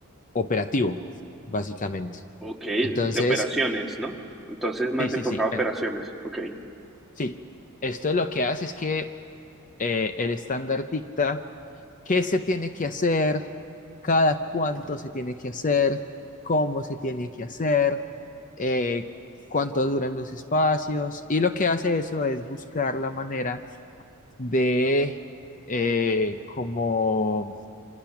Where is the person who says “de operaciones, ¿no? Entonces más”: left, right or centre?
Centre